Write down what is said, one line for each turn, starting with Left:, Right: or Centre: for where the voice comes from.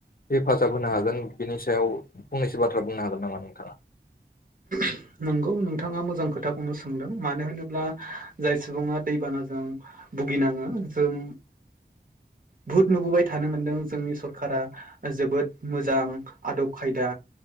Left: हेफाजाब होनो हागोन बिनि सायाव, फंनैसो बाथ्रा बुंनो हागोन नामा नोंथाङा?
Right: नोंगौ नोंथाङा मोजां खोथाखौनो सोंदों मानो होनोब्ला जाय सुबुङा दैबानाजों, भुगिनाङो जों, बुहुद नुबोबाय थानो मोनदों जोंनि सरखारा जोबोद मोजां आदब खायदा,